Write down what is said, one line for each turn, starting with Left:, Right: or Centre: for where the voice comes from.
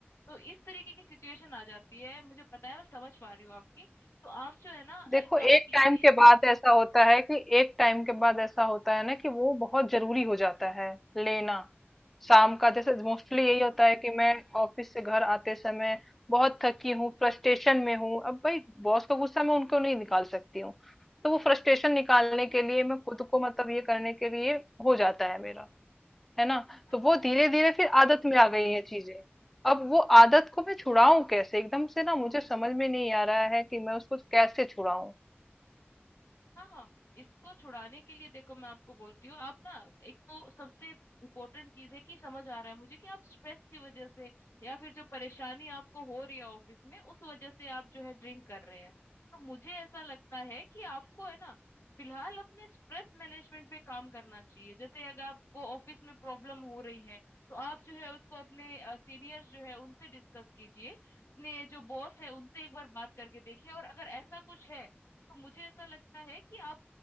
Left: तो इस तरीके की सिचुएशन आ जाती है मुझे पता है मैं समझ पा रही हूँ आपकी तो आप जो है ना
Centre: देखो
Left: एक काम
Centre: एक
Left: कीजिए
Centre: टाइम के बाद ऐसा होता है कि एक टाइम के बाद ऐसा होता है ना कि वो बहुत जरूरी हो जाता है लेना शाम का
Left: हाँ
Centre: जैसे
Left: हाँ
Centre: मोस्टली यही होता है कि मैं ऑफिस से घर आते समय बहुत थकी हूँ फ्रस्ट्रेशन में हूँ अब भाई बॉस का गुस्सा मैं उनको नहीं निकाल सकती हूँ तो वो फ्रस्ट्रेशन
Left: हाँ।
Centre: निकालने के लिए मैं खुद को मतलब ये करने के लिए हो जाता है मेरा है ना
Left: हाँ,
Centre: तो
Left: हाँ,
Centre: वो
Left: मैं-
Centre: धीरे धीरे
Left: हाँ।
Centre: फिर आदत में आ गई है चीजें अब वो आदत को मैं छुड़ाऊं कैसे एकदम से ना मुझे समझ में नहीं आ रहा है कि मैं उसको कैसे छुड़ाऊं
Left: हाँ हाँ इसको छुड़ाने के लिए देखो मैं आपको बोलती हूँ आप ना एक तो सबसे इम्पोर्टेंट चीज है कि समझ आ रहा है मुझे कि आप स्ट्रेस की वजह से या फिर जो परेशानी आपको हो रही है ऑफिस में उस वजह से आप जो है ड्रिंक कर रहे हैं तो मुझे ऐसा लगता है कि आपको है ना फिलहाल अपने स्ट्रेस मैनेजमेंट पे काम करना चाहिए जैसे अगर आपको ऑफिस में प्रॉब्लम हो रही है तो आप जो है उसको अपने सीनियर्स जो है उनसे डिस्कस कीजिए अपने जो बॉस है उनसे एक बार बात करके देखिए और अगर ऐसा कुछ है तो मुझे ऐसा लगता है कि आप